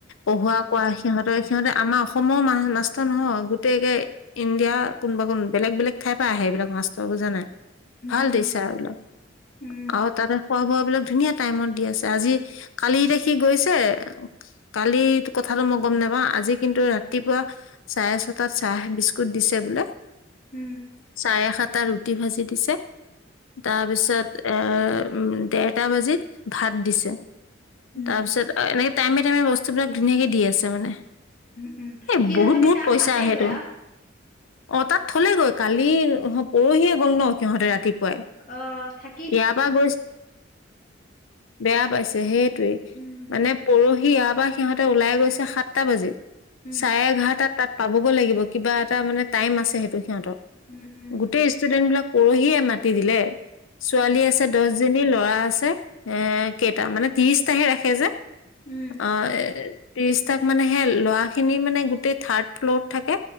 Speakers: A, on the left (about 75°); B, on the left (about 40°).
A: পঢ়োৱা কৰা সিহঁতৰ সিহঁতে আমাৰ অসমৰ মাষ্টৰ নহয় গোটেই একে ইণ্ডিয়া কোনোবা কোনো বেলেগ বেলেগ ঠাই পৰা আহে সেইবিলাক মাষ্টৰ বুজা নাই।
B: উম,
A: ভাল
B: উম,
A: টিচাৰ বিলাক
B: উম।
A: আৰু তাতে খোৱা বোৱাবিলাক ধুনীয়া টাইমত দি আছে আজি কালি দেখি গৈছে। কালি কথাটো মই গম নাপাওঁ আজি কিন্তু ৰাতিপুৱা চাৰে ছয় তাত চাহ বিস্কুট দিছে বোলে।
B: উ
A: সাৰে সাত টাত ৰুটি ভাজি দিছে তাৰ পিছত এ উম দেৰটা বাজিত ভাত দিছে
B: উম,
A: তাৰপিছত আ এনে টাইমে টাইমে বস্তুবিলাক ধুনীয়াকে দি আছে মানে
B: উম, উম,
A: এ
B: সি
A: বহুত
B: তথাপি
A: বহুত
B: তাৰ
A: পইচা
B: পালেগৈ
A: আহেটো।
B: আৰু
A: অ তাত থলেগৈ কালি নহ পৰহিয়ে গ'ল ন সিহঁতে ৰাতিপুৱাই
B: অ থাক
A: ইয়া পা গৈছ বেয়া পাইছে সেইটোৱেই
B: উম,
A: মানে। পৰহি ইয়া পা সিহঁতে ওলাই গৈছে সাতটা বাজি,
B: উম,
A: চাৰে এঘাৰটাত তাত পাবগৈ লাগিব কিবা এটা মানে টাইম আছে। সেইটো সিহঁত
B: উম, উম,
A: গোটেই ষ্টুডেন্ট বিলাক পৰহিয়ে মাতি দিলে ছোৱালী আছে দহ জনী ল'ৰা আছে এ কেইটা মানে ত্ৰিৰিশটাহে ৰাখে যে
B: উম,
A: অ এ ত্ৰিশ তাক মানে সে ল'ৰা খিনি মানে গোটেই থাৰ্ড ফ্ল'ত থাকে।